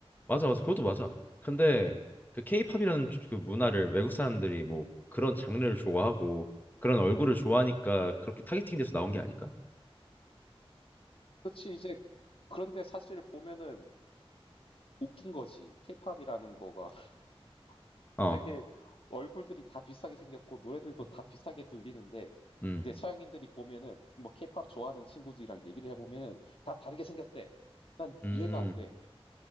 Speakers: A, on the left; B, on the left.
A: 맞아 맞아 그것도 맞아. 근데
B: 음,
A: 그 케이팝이라는
B: 음,
A: 그 문화를 외국 사람들이 뭐 그런 장르를
B: 음.
A: 좋아하고 그런 얼굴을
B: 음.
A: 좋아하니까 그렇게 타겟팅돼서 나온 게 아닐까?
B: 그치. 이제 그런데 사실 보면은 웃긴 거지. 케이팝이라는 거가 <laughs>
A: 어.
B: 되게 얼굴들이 다 비슷하게 생겼고 노래들도 다 비슷하게 들리는데
A: 음.
B: 이제 서양인들이 보면은 뭐 케이팝 좋아하는 친구들이랑 얘기를 해보면 다 다르게 생겼대. 난
A: 음.
B: 이해가 안 돼.